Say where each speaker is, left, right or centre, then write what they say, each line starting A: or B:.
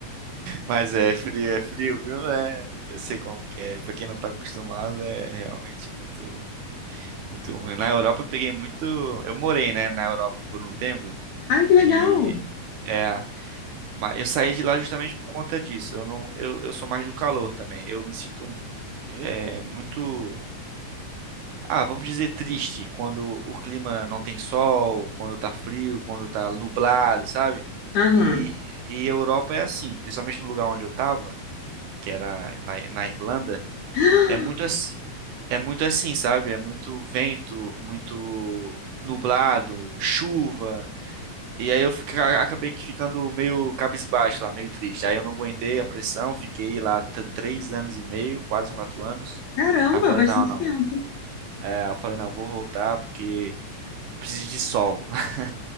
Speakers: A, on the right (about 80°); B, on the left (about 75°).
A: Mas é frio, é frio, viu? É, eu sei como que é. Pra quem não tá acostumado, é realmente muito, muito ruim. Na Europa eu peguei muito. Eu morei, né, na Europa por um tempo.
B: Ai, que legal.
A: E. É, Mas eu saí de lá justamente por conta disso. Eu não, eu, eu sou mais do calor também. Eu me sinto é, muito, ah, vamos dizer triste quando o clima não tem sol, quando tá frio, quando tá nublado, sabe?
B: Aham.
A: E, e a Europa é assim, principalmente no lugar onde eu tava, que era na, na Irlanda,
B: <gasps>
A: é muito, ass- é muito assim, sabe? É muito vento, muito nublado, chuva. E aí eu fica- acabei que ficando meio cabisbaixo lá, meio triste. Aí eu não aguentei a pressão, fiquei lá t- três anos e meio, quase quatro anos.
B: Caramba,
A: Aí eu falei,
B: bastante
A: não, não.
B: tempo.
A: É, eu falei, não, vou voltar porque preciso de sol. <laughs>